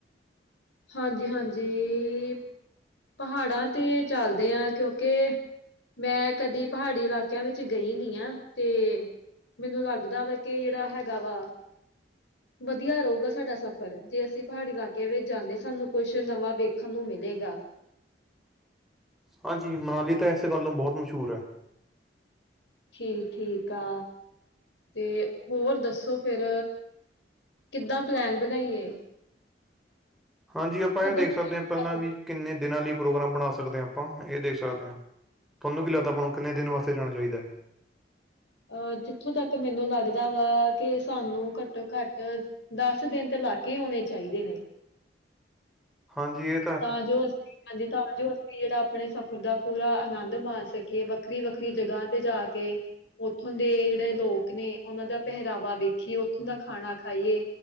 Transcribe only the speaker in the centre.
ਹਾਂਜੀ ਮਨਾਲੀ ਤਾਂ ਇਸ ਗੱਲ ਨੂੰ ਬਹੁਤ ਮਸ਼ਹੂਰ ਐ।
ਹਾਂਜੀ ਆਪਾਂ
ਇਹ ਦੇਖ
ਸਕਦੇ
ਹਾਂ। ਪਹਿਲਾਂ ਵੀ ਕਿੰਨੇ ਦਿਨਾਂ ਲਈ ਪ੍ਰੋਗਰਾਮ ਬਣਾ ਸਕਦੇ ਹਾਂ, ਆਪਾਂ ਇਹ ਦੇਖ ਸਕਦੇ ਹਾਂ। ਥੋਨੂੰ ਕੀ ਲੱਗਦਾ ਆਪਾਂ ਨੂੰ ਕਿੰਨੇ ਦਿਨ ਵਾਸਤੇ ਜਾਣਾ ਚਹੀਦਾ ਐ।
ਹਾਂਜੀ ਇਹ‌